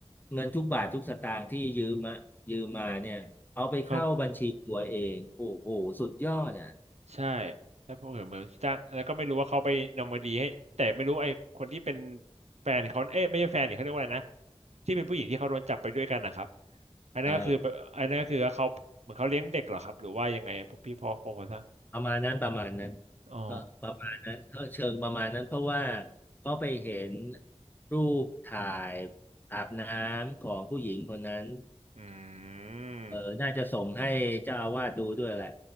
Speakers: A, on the left (about 15°); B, on the right (about 80°).
A: เงินทุกบาททุกสตางค์ที่ยืมมายืมมาเนี่ยเอาไปเข้าบัญชีตัวเองโอ้โหสุดยอดอ่ะ
B: ครับ ใช่แล้วพอเห็นเหมือนจ้างแล้วก็ไม่รู้ว่าเขาไปนอร์มาดีให้แต่ไม่รู้ไอ้คนที่เป็นแฟนเขาเอ๊ะไม่ใช่แฟนนีเขาเรียกว่าอะไรนะที่เป็นผู้หญิงที่เขาโดนจับไปด้วยกันนะครับอันนั้นก็คืออันนั้นก็คือเขาเหมือนเขาเลี้ยงเด็กเหรอครับหรือว่ายังไงพี่พอพงศ์ซะ
A: เออประมาณนั้นประมาณนั้น
B: อ๋อ
A: เออประมาณนั้นก็เชิงประมาณนั้นเพราะว่าเขาไปเห็นรูปถ่ายอาบน้ำของผู้หญิงคนนั้น
B: อืม
A: เออน่าจะส่งให้เจ้าอาวาสดูด้วยแหละ